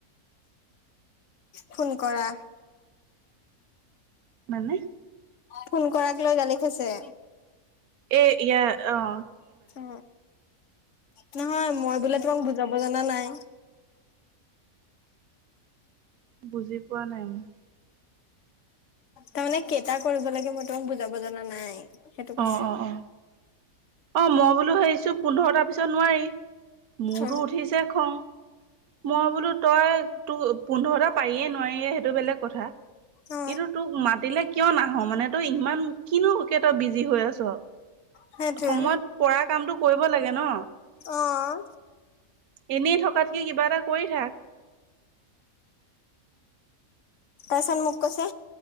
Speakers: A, on the left; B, on the right.
A: ফোন কৰা
B: মানে?
A: ফোন কৰাকলৈ গালি খাইছে।
B: এ ইয়া অহ।
A: অ নহয় মই বোলে তোমাক বুজাব জানা নাই।
B: বুজি পোৱা নাই মই।
A: তাৰমানে কেইটা কৰিব লাগে, মই তোমাক বুজাব জনা নাই, সেইটো কৈছে।
B: অ অ অ অ মই বোলো ভাবিছো পোন্ধৰটাৰ পিছত নোৱাৰি, মোৰতো
A: অ
B: উঠিছে খং। মই বোলো তই তো পোন্ধৰটা পাৰিয়ে নোৱাৰিয়ে সেইটো বেলেগ কথা।
A: অ
B: কিন্তু তোক মাতিলে কিয় না নাহ, মানে তই ইমান কিনোকে তই বিজি হৈ আছ,
A: সেইটোৱে
B: সময়ত পৰা কামটো কৰিব লাগে ন।
A: অহ
B: এনেই থকাতকে কিবা এটা কৰি থাক।
A: তাৰ পিছত মোক কৈছে,